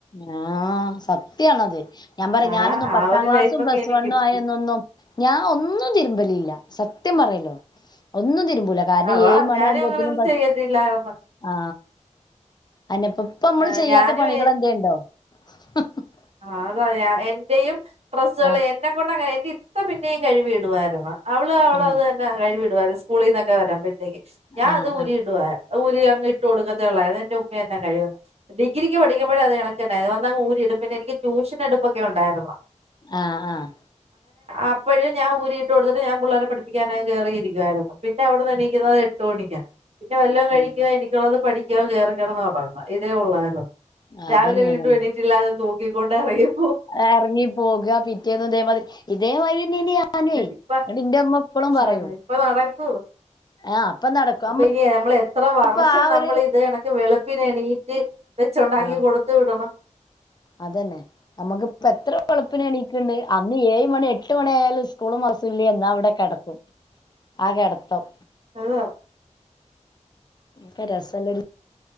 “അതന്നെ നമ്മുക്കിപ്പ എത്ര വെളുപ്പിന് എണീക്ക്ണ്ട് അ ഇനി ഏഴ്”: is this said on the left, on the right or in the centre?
Left